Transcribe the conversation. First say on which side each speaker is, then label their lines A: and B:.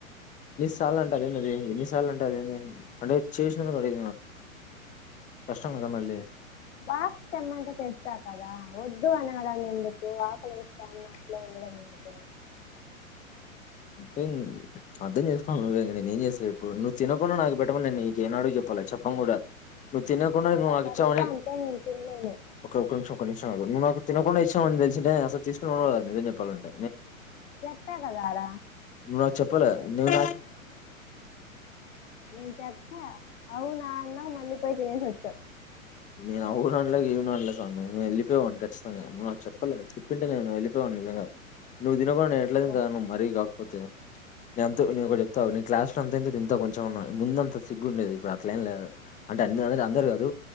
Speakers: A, on the left; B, on the left.
A: సార్లు అంటే అదే అది ఎన్నిసార్లు అంటే అదే అంటే చేసినందుకు అడి కష్టం గదా మళ్ళీ
B: బాక్స్ తెమ్మంటే తెస్తాకదా వద్దు అనగడం ఎందుకు అకలి ఏస్తున్న అట్లే ఉన్నడం ఎందుకు
A: అంటే అర్థం చేసుకోవాలి నువ్వే నేను ఏం చేస్తా చెప్పు నువ్వు తినకుండా నాకు పెట్టమని నేను నీకు ఏనాడు చెప్పలే చెప్పన్ గూడా నువ్వు తినకుండా
B: నాకు
A: నువ్వు
B: అట్లా
A: నాకిచ్చావని
B: అడిగితే అంతే నేను తినలేను
A: ఒక ఒక నిముషం ఒక నిముషం నాకు తినకుండా ఇచ్చినవని తెలిసుంటే అసలు తీసుకునే వాడిని కూడా కాదు నిజం జేప్పాలంటే
B: చెప్పా కదా ఆడ
A: నువ్వు నాకు చెప్పలే నేను
B: నేను చెప్పా అవునా అన్నావ్ మళ్ళీ పోయి తినేసి వచ్చావ్
A: నేను అవును అనలే గివుననలే సామీ చెప్పేవాడిని ఖచ్చితంగా నువ్వు నాకు చెప్పలే చెప్పింటే నేను వెళ్లిపోయే వాడిని నిజంగా నువ్వు తినకుండా నేను ఎట్ల
B: అబ్బా
A: తింటాను మరీ గా ఓకే నేను ఒకటి చెప్తా అంతో నేను క్లాస్ లో అంత ఇంత తింటా కొంచెం మన్నా ముందంత సిగ్గు ఉండేది ఇప్పుడు అట్ల ఏం లేదు అంటే అ అందరు గాదు